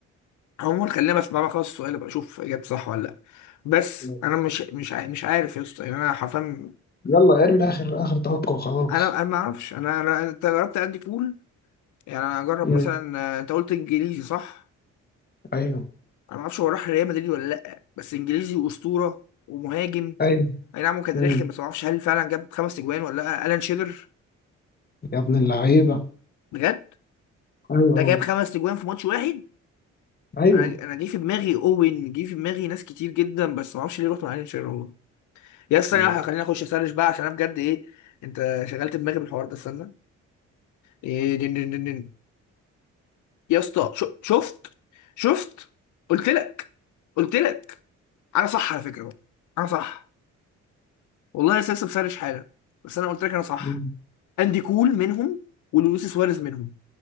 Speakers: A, on the left (about 75°); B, on the left (about 30°).
A: عموما خلينا بس بقى خلاص السؤال بقى اشوف اجابتي صح ولا لا بس
B: لا.
A: انا مش مش ع- مش عارف يا اسطى يعني انا حرفيا
B: يلا ارمي اخر اخر توقع وخلاص
A: انا انا ما اعرفش انا انا انت جربت عندي كول يعني انا اجرب
B: مم.
A: مثلا آه، انت قلت انجليزي صح
B: ايوه
A: انا ما اعرفش هو راح ريال مدريد ولا لا بس انجليزي واسطوره ومهاجم
B: ايوه
A: اي نعم هو كان
B: مم.
A: رخم بس ما اعرفش هل فعلا جاب خمس اجوان ولا لا الان شيرر
B: يا ابن اللعيبه
A: بجد
B: ايوه
A: ده
B: هو
A: جاب خمس اجوان في ماتش واحد
B: ايوه
A: انا انا جه في دماغي اوين جه في دماغي ناس كتير جدا بس ما اعرفش ليه رحت مع الان شيرر هو يا استنى
B: مم.
A: واحدة، خليني اخش اسرش بقى عشان انا بجد ايه انت شغلت دماغي بالحوار ده استنى إيه دين دين دين دين. يا اسطى شو- شفت شفت قلت لك قلت لك انا صح على فكره بقى. انا صح والله يا استاذ بسرش حالا بس انا قلت لك انا صح
B: مم.
A: اندي كول منهم ولويس سواريز منهم